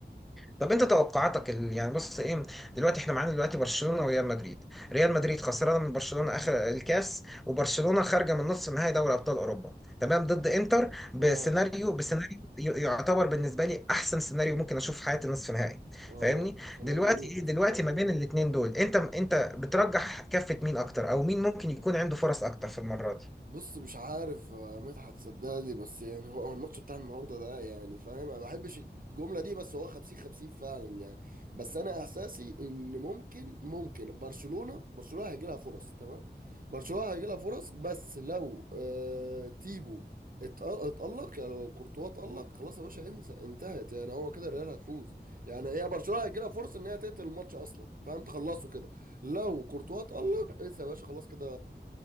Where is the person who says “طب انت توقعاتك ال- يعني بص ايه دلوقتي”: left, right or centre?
Centre